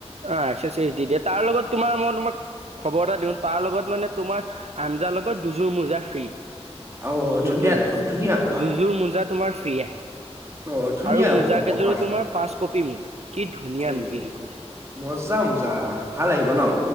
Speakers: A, on the right (about 70°); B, on the right (about 25°).
A: অ এক্সাৰচাইজ দি দিয়ে। তাৰ লগত তোমাৰ মন। মক খবৰ এটা দিওঁ তাৰ লগত মানে তোমাৰ আঞ্জা লগত দুযোৰ মোজা ফ্ৰী।
B: অ', ধুনীয়া
A: নতুন আহিছে।
B: দেখোন ধুনীয়া অফাৰ
A: দুযোৰ মোজা তোমাৰ ফ্ৰী আহে
B: অ', ধুনীয়া
A: আৰু মোজা কেইযোৰো
B: অফাৰ দেখোন।
A: তোমাৰ ফাৰ্ষ্ট কপি মোজা কি ধুনীয়া
B: এই
A: বিলকুল।
B: মজা মজা ভাল আহিব ন।